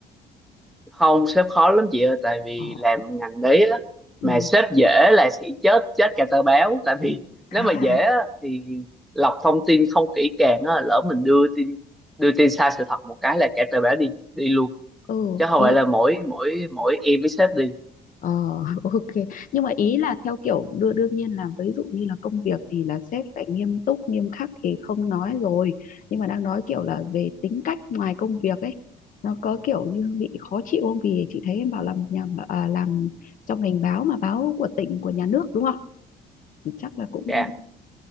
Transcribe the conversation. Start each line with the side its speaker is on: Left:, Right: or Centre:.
Centre: không sếp khó lắm chị ơi tại vì
Left: ờ.
Centre: làm ngành đấy á
Left: ừ.
Centre: mà sếp dễ là sẽ chết chết cả tờ báo tại vì nếu
Left: à
Centre: mà dễ á, thì lọc thông tin không kỹ càng á lỡ mình đưa tin đưa tin sai sự thật một cái là cả tờ báo đi đi luôn
Left: ừ
Centre: chứ không
Left: ý
Centre: phải là mỗi mỗi mỗi em với sếp đi
Left: Ờ, <laughs> ok. Nhưng mà ý là theo kiểu đưa đương nhiên là ví dụ như là công việc thì là sếp phải nghiêm túc, nghiêm khắc thì không nói rồi. Nhưng mà đang nói kiểu là về tính cách ngoài công việc ấy, nó có kiểu như bị khó chịu không? Vì chị thấy em bảo làm nhà à, làm trong ngành báo mà báo của tỉnh của nhà nước đúng không? Thì chắc là cũng
Centre: dạ